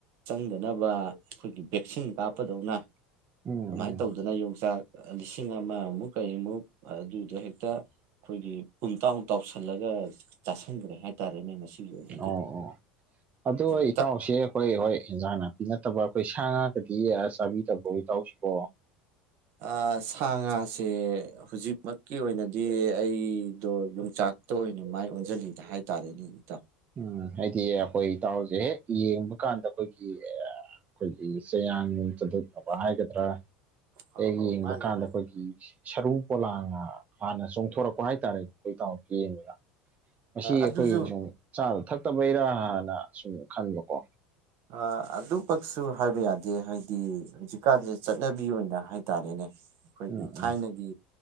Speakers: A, on the right (about 60°); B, on the right (about 30°).
A: ꯆꯪꯗꯅꯕ ꯑꯩꯈꯣꯏꯒꯤ ꯚꯦꯛꯁꯤꯟ ꯀꯥꯞꯄꯗꯧꯅ
B: ꯎꯝ
A: ꯑꯗꯨꯃꯥꯏꯟ
B: ꯎꯝ
A: ꯇꯧꯗꯅ ꯌꯣꯡꯆꯥꯛ ꯂꯤꯁꯤꯡ ꯑꯃꯃꯨꯛ ꯀꯔꯤꯃꯨꯛ ꯑꯗꯨꯗꯣ ꯍꯦꯛꯇ ꯑꯩꯈꯣꯏꯒꯤ ꯄꯨꯨꯡ ꯇꯥꯃꯨꯛ ꯇꯥꯎꯁꯜꯂꯒ ꯆꯥꯁꯟꯕꯗꯣ ꯍꯥꯏꯇꯥꯔꯦꯅꯦ ꯃꯁꯤꯒꯤ ꯑꯣꯏꯅꯗꯤ
B: ꯑꯣ ꯑꯣ ꯑꯗꯣ
A: ꯏꯇꯥꯎ
B: ꯏꯇꯥꯎꯁꯦ ꯍꯣꯏ ꯍꯣꯏ ꯏꯟꯖꯥꯡ ꯅꯥꯄꯤ ꯅꯠꯇꯕ ꯑꯩꯈꯣꯏ ꯁꯥ ꯉꯥꯒꯗꯤ ꯆꯥꯕꯤꯗꯕ꯭ꯔꯣ ꯏꯇꯥꯎꯁꯤꯕꯣ
A: ꯑ ꯁꯥ ꯉꯥꯁꯦ ꯍꯧꯖꯤꯛꯃꯛꯀꯤ ꯑꯣꯏꯅꯗꯤ ꯑꯩꯗꯣ ꯌꯣꯡꯆꯥꯛ ꯇꯣꯏꯅ ꯃꯥꯏ ꯑꯣꯟꯖꯟꯅꯤꯡꯗꯦ ꯍꯥꯏꯇꯥꯔꯦꯅꯦ ꯏꯇꯥ
B: ꯎꯝ ꯍꯥꯏꯗꯤ ꯑꯩꯈꯣꯏ ꯏꯇꯥꯎꯖꯦ ꯍꯦꯛ ꯌꯦꯡꯕ ꯀꯥꯟꯗ ꯑꯩꯈꯣꯏꯒꯤ ꯑꯩꯈꯣꯏꯒꯤ ꯆꯌꯥꯡ ꯆꯗꯠꯅꯕ ꯍꯥꯏꯒꯗ꯭ꯔꯥ
A: ꯑꯧ
B: ꯍꯦꯛ
A: ꯑꯧ
B: ꯌꯦꯡꯕ
A: ꯃꯥꯅꯤ
B: ꯀꯥꯟꯗ
A: ꯃꯥꯅꯤ
B: ꯑꯩꯈꯣꯏꯒꯤ ꯁꯔꯨ ꯄꯣꯂꯥꯡꯅ ꯍꯥꯟꯅ ꯆꯣꯡꯊꯣꯔꯛꯄ ꯍꯥꯏꯇꯥꯔꯦ ꯑꯩꯈꯣꯏ ꯇꯥꯎꯟ ꯌꯦꯡꯕꯗ ꯃꯁꯤ ꯑꯩꯈꯣꯏ
A: ꯑꯗꯨꯁꯨ
B: ꯁꯨꯝ ꯆꯥꯕ ꯊꯛꯇꯕꯩꯔꯥꯅ ꯁꯨꯝ ꯈꯟꯕꯀꯣ
A: ꯑꯥ ꯑꯗꯨꯃꯛꯁꯨ ꯍꯥꯏꯕ ꯌꯥꯗꯦ ꯍꯥꯏꯗꯤ ꯍꯧꯖꯤꯛꯀꯥꯟꯁꯦ ꯆꯠꯅꯕꯤ ꯑꯣꯏꯅ ꯍꯥꯏꯇꯥꯔꯦꯅꯦ ꯑꯩꯈꯣꯏꯒꯤ
B: ꯎꯝ
A: ꯊꯥꯏꯅꯒꯤ
B: ꯎꯝ